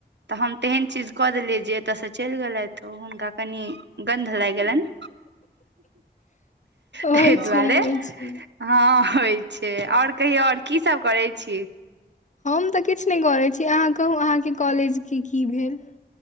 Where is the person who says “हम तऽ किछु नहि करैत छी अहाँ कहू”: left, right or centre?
Left